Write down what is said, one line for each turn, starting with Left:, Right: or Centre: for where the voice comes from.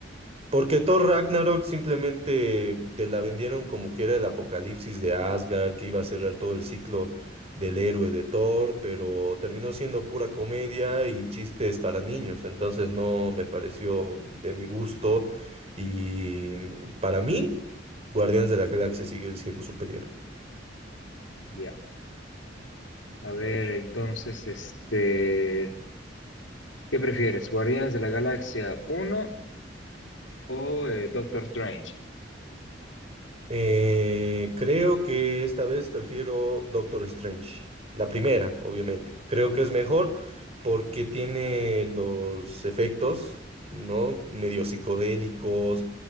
Right: Porque Thor Ragnarok simplemente te la vendieron como que era el apocalipsis de Asgard, que iba a cerrar todo el ciclo del héroe de Thor, pero terminó siendo pura comedia y chistes para niños. Entonces no me pareció de mi gusto. Y para mí, Guardianes de la Galaxia sigue siendo superior.
Left: Ya, a ver, entonces, este, ¿qué prefieres, Guardianes de la Galaxia uno O eh, Doctor Strange.
Right: Eh, creo que esta vez prefiero Doctor Strange. La primera, obviamente. Creo que es mejor porque tiene los efectos, ¿no? Medio psicodélicos,